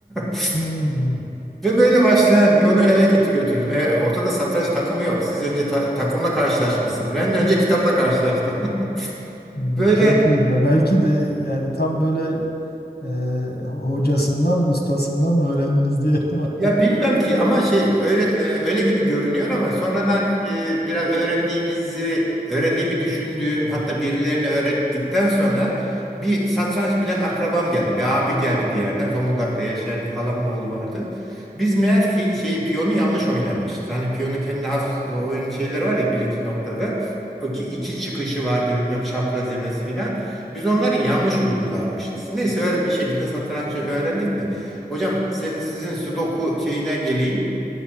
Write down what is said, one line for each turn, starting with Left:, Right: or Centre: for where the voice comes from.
Centre: <laughs>
Left: Hmm,
Centre: Ve böyle başlayan onu eve gitti götürdüm. E, ortada satranç takımı yok. Siz önce ta- takımla karşılaşmışsınız. Ben önce kitapla karşılaştım. <laughs>
Left: hmm,
Centre: Böyle
Left: çok iyi. Ya belki de yani tam böyle e, hocasından ustasından mı öğrendiniz diyelim artık.
Centre: Ya bilmem ki ama şey öyle e, öyle gibi görünüyor ama sonradan bir- biraz öğrendiğimizi öğrendiğimi düşündüğüm hatta birilerine öğrettikten sonra bir satranç bilen akrabam geldi. Bir abi geldi bir yerden. Zonguldak'ta yaşayan bir halamın oğlu vardı. Biz meğer fi, şeyi piyonu yanlış oynarmışız. Hani piyonun kendine has e, oyun şeyleri var ya bir iki noktada. O ki iki çıkışı vardı bilmem çapraz yemesi filan. Biz onları yanlış uygularmışız. Neyse öyle bir şekilde satrancı öğrendik de. Hocam senin, sizin Sudoku şeyine geleyim.